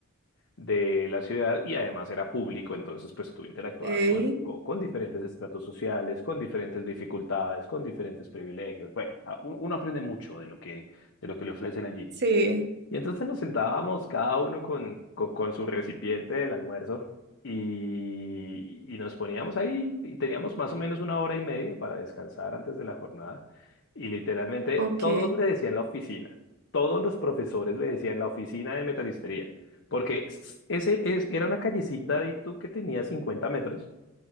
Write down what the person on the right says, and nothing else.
sí
Sí.
Ok.